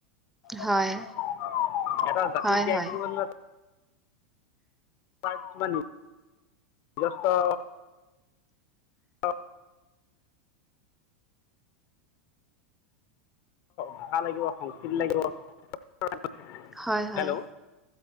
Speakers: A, in the centre; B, on the left (about 45°).
A: হয়,
B: এটা জাতি
A: হয়,
B: জীয়াই
A: হয়।
B: থাকিব <unintelligible> প্ৰায় কিছুমান <unintelligible> গৃহস্থ <unintelligible> ভাষা লাগিব, সংস্কৃতি লাগিব। <unintelligible>
A: হয়, হয়,
B: হেল্ল'